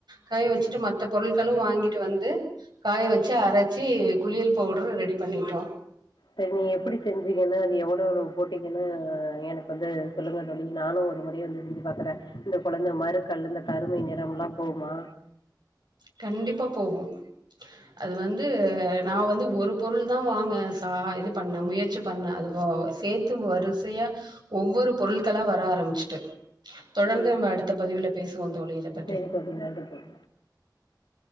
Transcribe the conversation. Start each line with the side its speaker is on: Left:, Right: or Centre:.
Right: காய வச்சுட்டு மத்த பொருட்களு வாங்கிட்டு வந்து காயவச்சு அரச்சு குளியல் பவுட்ரு ரெடி பண்ணிட்டோ
Left: சரி நீ எப்டி செஞ்சுங்கன்னு அது எவ்வளவு எவ்ளவு போட்டிங்கன்னு எனக்கு வந்து சொல்லுங்க தோழி நானு ஒரு மொற வந்து செஞ்சு பாக்குறே இந்த கொழந்தை மறுக்கல் இந்த கருமை நிறம் எல்லாம் போகுமா
Right: கண்டிப்பா போகு அது வந்து நா வந்து ஒரு பொருள் தா வாங்க ச இது பண்ண முயற்சி பண்ணேன அது சேத்து வருசையா ஒவ்வொரு பொருட்கெல்லா வர ஆரம்பிச்சுட்டு தொடர்ந்து
Left: ம்
Right: நம்ம அடுத்த பதிவில பேசுவோ தோழி இத பத்தி
Left: சரி தோழி நன்றி தோழி